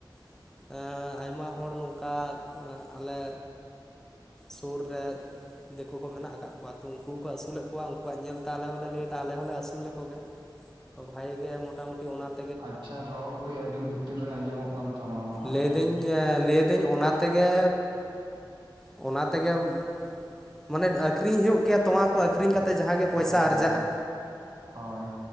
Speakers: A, in the centre; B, on the right.
A: <inaudible> ᱟᱭᱢᱟ ᱦᱚᱲ ᱱᱚᱝᱠᱟ ᱟᱞᱮ ᱥᱩᱨ ᱨᱮ ᱫᱤᱠᱩ ᱠᱚ ᱢᱮᱱᱟᱜ ᱟᱠᱟᱫ ᱠᱚᱣᱟ ᱛᱚ ᱩᱱᱠᱩ ᱠᱚᱠᱚ ᱟᱹᱥᱩᱞᱮᱫ ᱠᱚᱣᱟ, ᱩᱱᱠᱩᱣᱟᱜ ᱧᱮᱞᱛᱮ ᱟᱞᱮ ᱦᱚᱸᱞᱮ ᱞᱟᱹᱭ ᱮᱫ ᱟᱞᱮ ᱦᱚᱸᱞᱮ ᱟᱹᱥᱩᱞ ᱞᱮᱠᱚᱜᱮ ᱛᱚ ᱵᱷᱟᱜᱤ ᱜᱮ ᱢᱚᱴᱟᱢᱩᱴᱤ ᱚᱱᱟᱛ
B: ᱟᱪᱪᱷᱟ ᱨᱚᱲ ᱠᱟᱹᱡ ᱟᱹᱰᱤ ᱵᱷᱤᱛᱤᱨ ᱨᱮ ᱟᱸᱡᱚᱢᱚᱜ ᱠᱟᱱ ᱛᱟᱢᱟ ᱟᱢᱟᱜ
A: ᱞᱟᱹᱭᱫᱟᱹᱧ
B: ᱦᱮᱸ᱾
A: ᱞᱟᱹᱭᱫᱟᱹᱧ ᱚᱱᱟ ᱛᱮᱜᱮ ᱚᱱᱟ ᱛᱮᱜᱮᱢ ᱢᱟᱱᱮ ᱟᱠᱷᱨᱤᱧ ᱦᱩᱭᱩᱜ ᱜᱮᱭᱟ ᱛᱚᱣᱟ ᱠᱚ ᱟᱹᱷᱨᱤᱧ ᱠᱟᱛᱮ ᱡᱟᱦᱟᱸ ᱜᱮ
B: ᱦᱳᱭ
A: ᱯᱚᱭᱥᱟ
B: ᱦᱳᱭ
A: ᱟᱨᱡᱟᱜᱼᱟ᱾
B: ᱦᱳᱭ